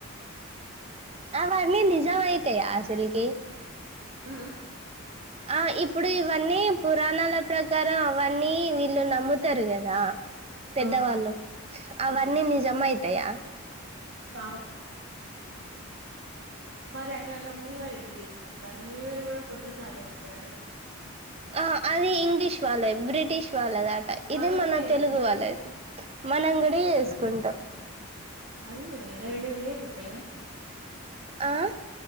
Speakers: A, on the right; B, on the right.
A: అమర్ నీ నిజాయితి ఆశలకి
B: ఉ ఉ
A: ఆ ఇప్పుడు ఇవన్నీ పురాణాల ప్రకారం అవన్నీ వీళ్ళు నమ్ముతారు కదా పెద్దవాళ్ళు
B: అవునవును
A: అవన్నీ
B: అవును
A: నిజమయి తయా
B: కావు మరి అట్లాంటప్పుడు న్యూ ఇయర్ ఎందుకు చేసి కొత్త ది న్యూ ఇయర్ కూడా కొత్త సాలె వెస్టారా
A: ఆ అది ఇంగ్లిష్ వాలే బ్రిటిష్ వాల్ లగాట ఇది
B: మనం
A: మన
B: కూడా చేసుకుంటాం
A: తెలుగు వాళ్ళది మనం కూడా చేసుకుంటాం
B: అన్ని న్యూ ఇయర్లు రెండు న్యూ ఇయర్లు ఉంటాయా
A: ఆ